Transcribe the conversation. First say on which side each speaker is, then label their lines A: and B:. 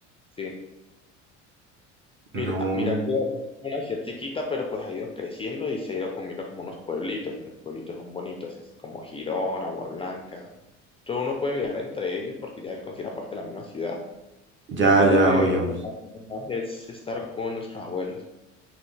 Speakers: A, on the left (about 15°); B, on the right (about 35°).
A: Sí,
B: No.
A: mira, ah, mira que es una ciudad chiquita, pero pues ha ido creciendo y se ha ido comiendo como unos pueblitos y los pueblitos son bonitos, es como Girón, Agua Blanca. Todo uno puede viajar entre ellos porque ya considera parte de la misma ciudad.
B: Ya,
A: Pero pues
B: ya,
A: lo que
B: obvio.
A: hacemos más es estar con nuestros abuelos.